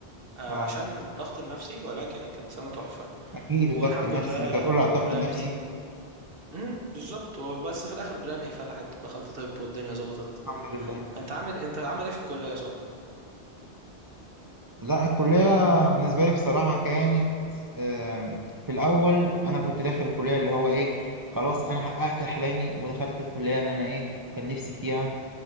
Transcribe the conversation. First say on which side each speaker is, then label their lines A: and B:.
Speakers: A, on the right; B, on the right.
A: آه،
B: اه
A: عشان الضغط النفسي ولكن كانت سنة تحفة
B: اكيد
A: والحمد
B: الضغط النفسي
A: لله
B: انت هتقول على الضغط
A: بلان
B: النفسي
A: ايه امم بالظبط بس في الاخر بلان ايه فلحت ودخلت طب والدنيا ظبطت
B: الحمد لله
A: انت عامل انت عامل ايه في الكلية صح
B: لا الكلية بالنسبة لي بصراحة كانت آم، في الأول أنا كنت داخل الكلية اللي هو إيه خلاص أنا حققت أحلامي ودخلت الكلية اللي أنا إيه كان نفسي فيها